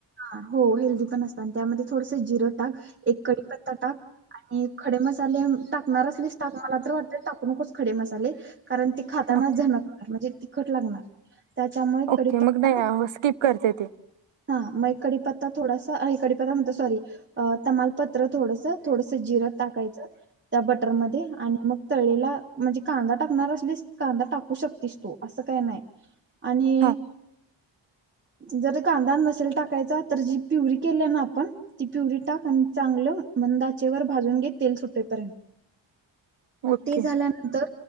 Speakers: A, on the right; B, on the right.
A: हा, हो हेल्दी पण असत आणि त्यामध्ये थोडस जिरं, टाक, एक कडीपत्ता टाक आणिऽऽऽ खडे मसाले मऽऽटाकणार असलीस टाक, मला तर वाटतंय टाकू नकोस खडे मसाले. कारण ती खाताना
B: ओके
A: झणकणार म्हणजेऽऽऽ कट लागणार. त्याच्यामुळे
B: ओके,
A: कढीपत्ता
B: मग नाही हा स्किप करते ते.
A: हा, मग एक कडीपत्ता थोडासा, हय कडीपत्ता म्हणतो सॉरी, अं तमालपत्र थोडंसं ग थोडसं जिरं टाक. कायचं, त्या बटर मधे आणि मग तळलेला, म्हजे कांदा टाकणार असलीस कांदा टाकू शकतीस तु, असं काय नाही. आणिऽऽऽऽ
B: हां
A: जराऽऽऽ कांदा न मसाला टाकायचा तर जी प्युरी केल्या ना आपण ती प्युरी टाक आणि चांगलं मंद आचेवर भाजून घे तेल सुटेपर्यंत.
B: ओके
A: ते झाल्याऽऽनंतर.